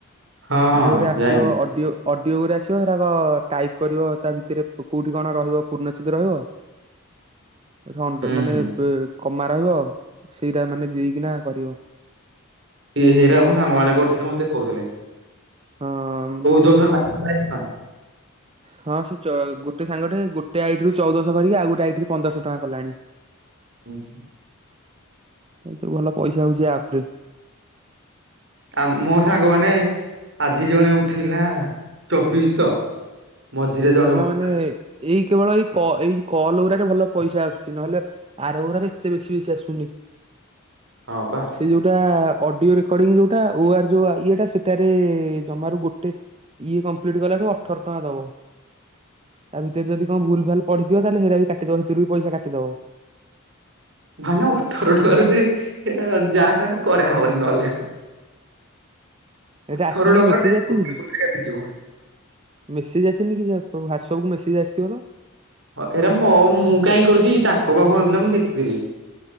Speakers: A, on the right; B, on the right.
A: ହଁ ହଁ
B: ମାନେ ଗୁରେ ଆସିବ
A: ଯାଇଁଲି
B: ଅଡିଓ ଅଡ଼ିଓ ଗୁରେ ଆସିବ ହେରାକ ଟାଇପ୍ କରିବ ତା ଭିତରେ କେଉଁଠି କଣ ରହିବ ପୂର୍ଣଚ୍ଛେଦ ରହିବ। ଘଣ୍ଟ
A: ହୁଁ
B: ମାନେ
A: ହୁଁ
B: କମା ରହିବ ସେଇଟା ମାନେ ଦେଇକିନା କରିବ।
A: ଏ ହେଇରା ମୋ ସାଙ୍ଗମାନୋନ କରୁଥିଲେ ମତେ ଦେଖୋଉଥିଲେ।
B: ହଁ ହଁ।
A: ବରଷ ଟଙ୍କା ପାଇଚୁ ନା?
B: ହଁ ସେ ଚ ଗୋଟେ ସାଙ୍ଗଟେ ଗୋଟେ ଆଇଟିରୁ ଚଉଦଶହ କରିକି ଆଉ ଗୋଟେ ଆଇଟିରୁ ପନ୍ଦରଶହ ଟଙ୍କା କଲାଣି।
A: ହୁଁ।
B: ଏଥୁରୁ ଭଲ ପଇସା ହଉଛି ଏ ଆପ ରେ।
A: ଆ ମୋ ସାଙ୍ଗ ମାନ ଆଜି ଜଣେ ଉଠିଲା ଚବିଶ। ମଝିରେ ଜଣେ
B: ଭଲ
A: ଉ
B: ମାନେ ଏଇ କେବଳ ଏଇ ଏଇ କଲ ଗୁଡାରେ ଭଲ ପଇସା ଆସୁଛି ନହେଲେ ଆରଗୁରାରେ ଏତେ ବେଶୀ ବେସି ଆସୁନି।
A: ହଁ ପା।
B: ଏଇ ଯୋଉଟା ଅଡିଓ ରେକର୍ଡି ଯଉଟା ଓ ଆର୍ ଯୋଉ ଆ ଇଏଟା ସେଟାରେ ଜମାରୁ ଗୋଟେ ଇଏ କମ୍ପ୍ଲିଟ୍ କଲାଠୁ ଅଠର ଟଙ୍କା ଦବ। ତା ଭିତରେ ଯଦି କଣ ଭୁଲ ଭାଲ ପଡ଼ିଥିବ ତାହେଲେ ହେରା ବି କାଟିଦବ ହେଥିରୁ ବି ପଇସା କାଟିଦବ।
A: ମାନେ ଅଠର ଟଙ୍କା ଯଦି ଯାହାର ହେଲେ କରା ହବନି ନହେଲେ ଆଉ।
B: ଏଟା
A: ଅଠର
B: ଆସିନି
A: ଟଙ୍କାରୁ
B: କି ମେସେଜ
A: ଯେ
B: ଆସିନି କି।
A: କାଟିଯିବ।
B: ମେସେଜ ଆସିନି କି ସେ ତୋ ହ୍ୱାଟସଆପକୁ ମେସେଜ୍ ଆସିଥିବ ତ।
A: ଅ ହେରା ମ ମୁଁ କାଇଁ କରିଚି କି ତାଙ୍କ ପାଖକୁ ଆଇଥିଲା ମୁଁ ଦେଖିଥିଲି।